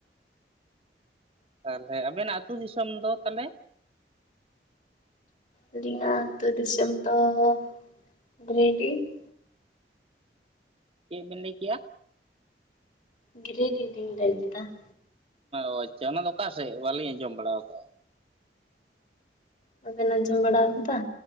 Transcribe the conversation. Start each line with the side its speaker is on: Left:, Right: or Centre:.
Right: <inaudible> ᱛᱟᱦᱚᱞᱮ ᱟᱵᱮᱱᱟᱜ ᱟᱹᱛᱩ ᱫᱤᱥᱚᱢ ᱫᱚ ᱛᱟᱦᱚᱞᱮ?
Left: ᱟᱹᱞᱤᱧᱟᱜ ᱟᱛᱳ ᱫᱤᱥᱚᱢ ᱫᱚ <inaudible> ᱜᱤᱨᱤᱰᱤᱷ ᱾
Right: ᱪᱮᱫ ᱵᱮᱱ ᱞᱟᱹᱭ ᱠᱮᱜ-ᱟ?
Left: ᱜᱤᱨᱤᱰᱤᱷ ᱞᱤᱧ ᱞᱟᱹᱭ ᱠᱮᱫᱟ ᱾
Right: ᱚ ᱟᱪᱪᱷᱟ ᱚᱱᱟ ᱫᱚ ᱚᱠᱟ ᱥᱮᱫ ᱵᱟᱞᱤᱧ ᱟᱸᱡᱚᱢ ᱵᱟᱲᱟ ᱟᱠᱟᱜᱼᱟ᱾
Left: ᱵᱟᱵᱮᱱ ᱟᱸᱡᱚᱢ ᱵᱟᱲᱟ ᱟᱠᱟᱫᱟ?